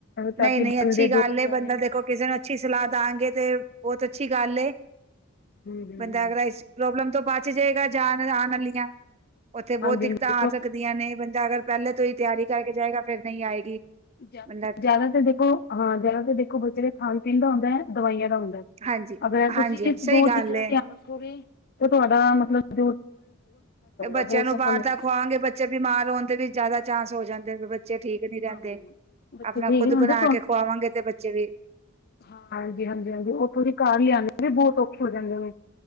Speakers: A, on the left; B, on the right.
A: ਤਾਂ
B: ਨਹੀਂ-ਨਹੀਂ
A: ਕਿ
B: ਅੱਛੀ
A: ਬੰਦੇ ਜੋ
B: ਗੱਲ
A: ਵੀ ਜਾ
B: ਏ, ਬੰਦਾ
A: ਰਹੇ ਨੇ
B: ਦੇਖੋ ਕਿਸੇ ਨੂੰ ਅੱਛੀ ਸਲਾਹ ਦਾਂਗੇ ਤੇ ਬਹੁਤ ਅੱਛੀ ਗੱਲ ਏ।
A: ਹੂੰ
B: ਬੰਦਾ ਅਗ ਪ੍ਰੋਬਲਮ ਤੋਂ ਬਾਚੇ ਜਾਏਗਾ। ਜ ਆ ਉੱਥੇ
A: ਹਾਂਜੀ
B: ਬਹੁਤ ਦਿੱਕਤਾਂ
A: ਦੇਖੋ
B: ਆ ਸਕਦੀਆਂ ਨੇ। ਬੰਦਾ ਅਗਰ ਪਹਿਲੇ ਤੋਂ ਹੀ ਤਿਆਰੀ ਕਰਕੇ ਜਾਏਗਾ। ਫੇਰ ਨਈ
A: ਹ
B: ਆਏਗੀ। ਬੰਦਾ
A: ਜਿਆਦਾ ਤਾਂ ਦੇਖੋ ਹਾਂ, ਜਦਾ ਤੇ ਦੇਖੋ ਬੱਚੇ ਦੇ ਖਾਣ-ਪੀਣ ਦਾ ਹੁੰਦਾ ਹੈ। ਦਵਾਈਆਂ ਦਾ ਹੁੰਦਾ ਏ।
B: ਹਾਂਜੀ-ਹਾਂਜੀ-ਹਾਂਜੀ
A: ਅਗਰ ਐ ਤੁਸੀਂ ਇਸ
B: ਸਈ
A: ਦੋ ਚੀਜ਼ਾਂ
B: ਗੱਲ
A: ਦਾ
B: ਏ।
A: ਧਿਆਨ ਰੱਖੋ ਗੇ ਤੇ ਤੁਹਾਡਾ ਮਤਲਬ <unintelligible>
B: ਬੱਚਿਆਂ
A: ਬਹੁਤ
B: ਨੂੰ
A: ਸਫਲ
B: ਬਾਹਰ
A: ਰਹੇਗਾ
B: ਦਾ ਖੁਵਾਂਗੇ ਬੱਚੇ ਬਿਮਾਰ ਹੋਣ ਦੇ ਵੀ ਜ਼ਿਆਦਾ ਚਾਂਸ ਹੋ ਜਾਂਦੇ ਵੀ ਬੱਚੇ ਠੀਕ ਨੀ ਰਹਿੰਦੇ।
A: ਹਾਂ ਹਾਂ ਬੱਚੇ
B: ਆਪਣਾ
A: ਠੀਕ
B: ਖੁੱਦ
A: ਹੁੰਦੇ
B: ਬਣਾ ਕੇ ਖਵਾਵਾਂਗੇ ਤੇ ਬੱਚੇ ਵੀ
A: ਹਾਂ ਹਾਂਜੀ ਹਾਂਜੀ ਹਾਂਜੀ, ਉਹ ਥੋੜੀ ਘਰ ਆਉਂਦੇ ਵੀ ਬਹੁਤ ਔਖੇ ਹੋ ਜਾਂਦੇ ਨੇੇ।